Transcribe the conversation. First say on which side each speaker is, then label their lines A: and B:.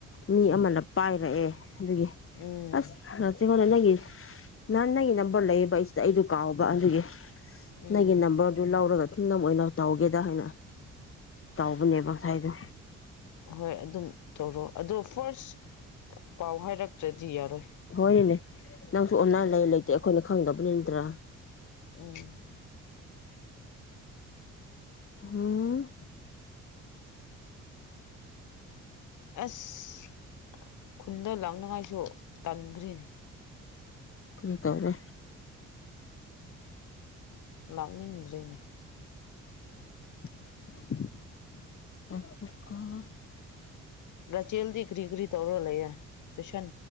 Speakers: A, on the left (about 45°); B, on the left (about 80°).
A: ꯃꯤ ꯑꯃꯅ ꯄꯥꯏꯔꯛꯑꯦ ꯑꯗꯨꯒꯤ
B: ꯎꯝ
A: ꯑꯁ ꯔꯆꯒꯣꯂ <unintelligible> ꯅꯍꯥꯟ ꯅꯪꯒꯤ ꯅꯝꯕꯔ ꯂꯩꯌꯦꯕ ꯑꯩ ꯁꯤꯗ ꯑꯩꯗꯨ ꯀꯥꯎꯕ ꯑꯗꯨꯒꯤ
B: ꯎꯝ
A: ꯅꯪꯒꯤ ꯅꯝꯕꯔ ꯑꯗꯨ ꯂꯧꯑꯣꯔꯒ ꯏꯤꯡꯗꯝ ꯑꯣꯏꯅ ꯇꯧꯒꯦꯗ ꯍꯥꯏꯅ ꯇꯧꯕꯅꯦꯕ ꯉꯁꯥꯏꯗꯣ
B: ꯍꯣꯏ ꯑꯗꯨꯝ ꯇꯧꯔꯣ ꯑꯗꯨ ꯐ‌ꯣꯏꯔꯁ ꯄꯥꯎ ꯍꯥꯏꯔꯛꯇ꯭ꯔꯗꯤ ꯌꯥꯔꯣꯏ
A: ꯍꯣꯏꯅꯦ ꯅꯪꯁꯨ ꯑꯣꯟꯅ
B: ꯎꯝ
A: ꯂꯩ ꯂꯩꯇꯦ ꯑꯩꯈꯣꯏꯅ ꯈꯪꯗꯕ ꯅꯠꯇ꯭ꯔꯥ
B: ꯎꯝ
A: ꯍꯨꯝ
B: ꯑꯁ ꯈꯨꯟꯗ ꯂꯥꯛꯅꯉꯥꯏꯁꯨ ꯇꯟꯒ꯭ꯔ‌ꯦꯅꯦ
A: ꯀꯔꯤ ꯇꯧꯔꯦ
B: ꯂꯥꯛꯅꯤꯡꯗ꯭ꯔ‌ꯦꯅꯦ
A: <inaudible>
B: ꯔꯆꯦꯜꯗꯤ ꯀꯔꯤ ꯀꯔꯤ ꯇꯧꯔꯥ ꯂꯩꯌꯦ ꯇꯨꯏꯁꯟ